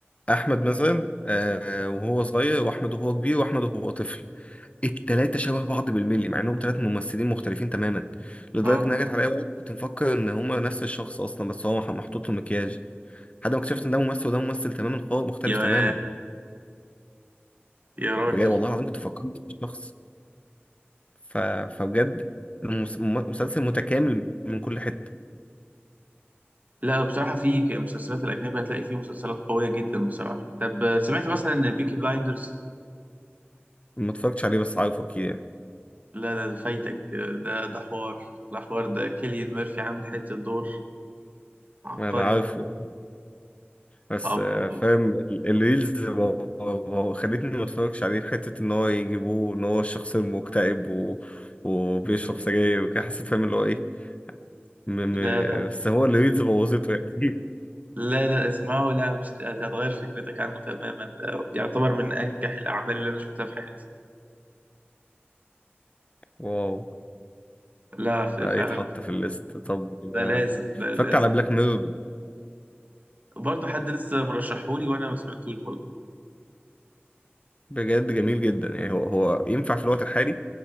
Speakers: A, on the left (about 30°); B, on the right (about 40°).
A: احمد مثلا آه وهو صغير واحمد وهو كبير واحمد وهو طفل التلاتة شبه بعض بالملي مع انهم تلات ممثلين مختلفين تماما لدرجة
B: اه
A: ان أنا جت عليا وقت كنت مفكر ان هما نفس الشخص اصلا بس هو مح- محطوط له مكياج لحد ما اكتشفت ان ده ممثل وده ممثل تماما خالص مختلف
B: يا
A: تماما
B: يا راجل
A: بجد والله العظيم كنت فكرت في شخص ف... فبجد المس- الم- مسلسل متكامل من كل حته
B: لا بصراحة في ك- مسلسلات الأجنبية هتلاقي فيه مسلسلات قوية جدا بصراحة طب سمعت مثلا بيكي بلايندرز
A: ما اتفرجتش عليه بس عارفه اكيد يعني
B: لا ده فايتك ده ده حوار ده حوار ده كيليان ميرفي عامل حتة دور عبقري
A: انا عارفه بس
B: عبقري
A: آه، فاهم ال- الريلز ب- ب- خلتني ما اتفرجش عليه في حته ان هو يجيبوه ان هو الشخص المكتئب و... وبيشرب سجاير وكده حسيت فاهم اللي هو ايه م...
B: لا لا
A: م... بس هو الريلز بوظته يعني
B: لا لا اسمعه لا مش هت- هتغير فكرتك عنه تماما ده يعتبر من أنجح الأعمال اللي أنا شفتها في حياتي
A: <laughs> واو
B: لا ف-
A: لا
B: فعلا
A: يتحط في الليست طب
B: ده
A: آه،
B: لازم ده
A: اتفرجت
B: لازم
A: على بلاك ميرور
B: برضه حد لسه مرشحولي وأنا ما سمعتوش برضه
A: بجد جميل جدا يعني هو هو ينفع في الوقت الحالي